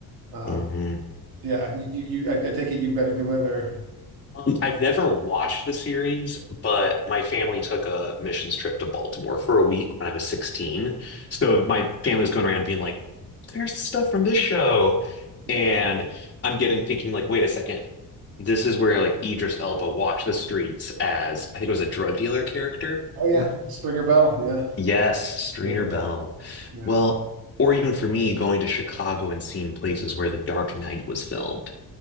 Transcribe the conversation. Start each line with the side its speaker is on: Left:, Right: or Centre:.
Right: Um,
Left: hmm
Right: yeah, you, you, you I, I take it you've been into it or
Left: Um, I've never watched the series, but my family took a missions trip to Baltimore for a week when I was 16. So
Right: yeah,
Left: my family was going around being like, there's stuff from this show.
Right: yeah.
Left: And I'm getting thinking like, wait a second. This is where like Idris Elba walked the streets as I think it was a drug dealer character.
Right: Oh yeah,
Left: Mm,
Right: Stringer Bell. Yeah,
Left: Yes, Strainer
Right: yeah,
Left: Bell.
Right: yeah.
Left: Well, or even for me, going to Chicago and seeing places where The Dark Knight was filmed.